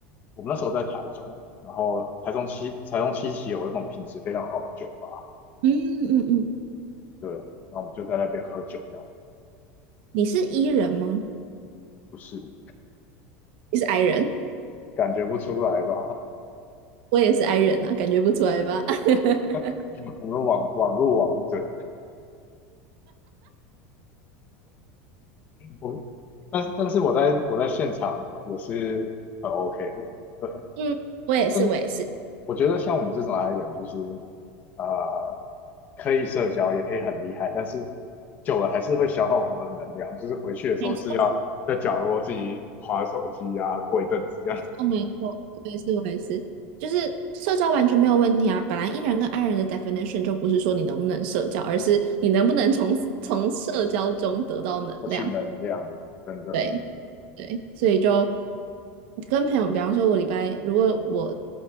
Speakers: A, on the left; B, on the right.
A: 我们那时候在台中，然后台中七台中七期有一种品质非常好的酒吧，
B: 嗯嗯嗯，
A: 对，然后我们就在那边喝酒，这样
B: 你是 E 人吗？
A: 不是
B: 你是 I 人，
A: 感觉不出来吧？
B: 我也是 I 人啊，感觉不出来吧？<laughs>
A: <laughs> 我们网网络王者，我但但是我在我在现场也是很 OK 的，对。
B: 嗯，我也是，
A: 但是。
B: 我也是。
A: 我觉得像我们这种 I 人，就是啊呃，可以社交，也可以很厉害，但是久了还是会消耗我们的能量。就是回去的时候是要在角落自己划手机啊，
B: 没错，
A: 过一阵子这样子
B: 哦，没错，我也是，我也是，就是社交完全没有问题啊。本来 E 人跟 I 人的 definition 就不是说你能不能社交，而是你能不能从从社交中得到能量。
A: 获取能量，真的。
B: 对对，所以就跟朋友，比方说，我礼拜如果我